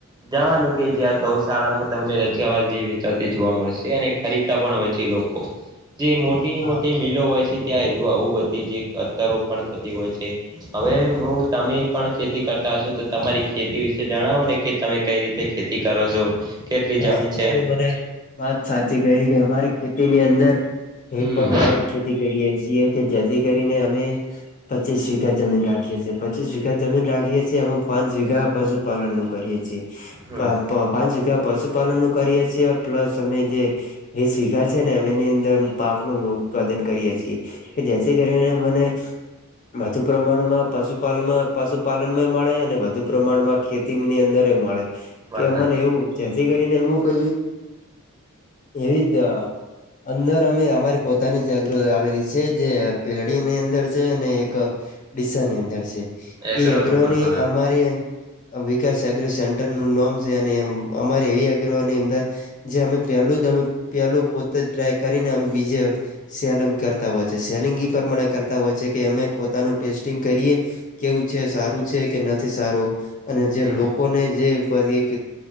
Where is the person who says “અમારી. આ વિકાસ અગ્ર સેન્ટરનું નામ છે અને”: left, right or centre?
Left